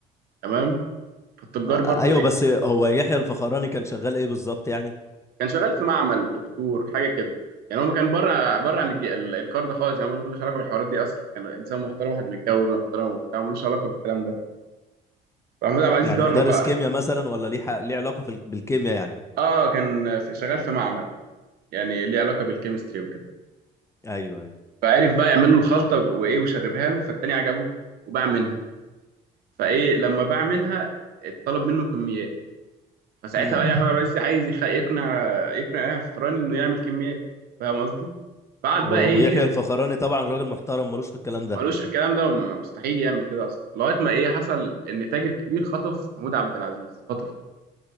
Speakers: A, on the right; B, on the left.
A: تمام فالتجار
B: آه،
A: برضو
B: آه، ايوه بس هو يحيى الفخراني كان شغال ايه بالظبط يعني
A: كان شغال في معمل دكتور حاجه كده يعني هو ما كان بره بره عن الج- ال- الكار ده خالص يعني هو ملوش علاقه بالحوارات دي اصلا كان انسان محترم واحد متجوز ومحترم وبتاع ملوش علاقه بالكلام ده فمحمود عبد العزيز
B: يعني
A: جره
B: مدرس
A: بقى
B: كيمياء مثلا ولا ليه حق... ليه علاقه في ال- بالكيمياء يعني
A: اه كان في شغال في معمل يعني ليه علاقه بالكيمستري وكده
B: ايوه ايوه
A: فعرف بقى يعمل له الخلطه وايه وشربها له فالتاني عجبه وباع منها فايه لما باع منها اتطلب منه كميات فساعتها
B: امم
A: بقى احمد عبد العزيز عايز يخ- يقنع يقنع يحيى الفخراني انه يعمل كميات فاهم قصدي؟ فقعد
B: و...
A: بقى
B: ويحيى
A: ايه
B: الفخراني طبعا راجل محترم ملوش في الكلام ده
A: ملوش في الكلام ده وم- مستحيل يعمل كده اصلا لغايه ما ايه حصل ان تاجر كبير خطف محمود عبد العزيز خطفه